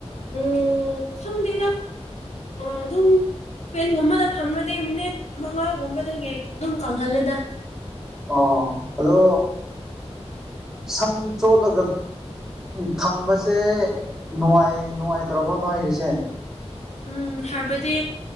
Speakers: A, on the left; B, in the centre.
A: ꯑ‌ꯦ ꯈꯪꯗꯦꯗ ꯑꯗꯨꯝ ꯐ‌ꯦꯟ ꯒꯨꯝꯕꯗ ꯐꯝꯔꯗꯤ ꯃꯤꯅꯤꯠ ꯃꯉꯥ ꯒꯨꯝꯕꯗꯒꯤ ꯗꯨꯝ ꯀꯪꯍꯜꯂꯦꯗ
B: ꯑꯣ ꯑꯗꯨ ꯁꯝ ꯆꯣꯠꯂꯒꯠ ꯊꯝꯕ ꯁꯦ ꯅꯨꯉꯥꯏ ꯅꯨꯉꯥꯏꯇ꯭ꯔꯕ‌ꯣ ꯅꯣꯏꯒꯤꯁꯦ
A: ꯎꯝ ꯍꯥꯏꯕꯗꯤ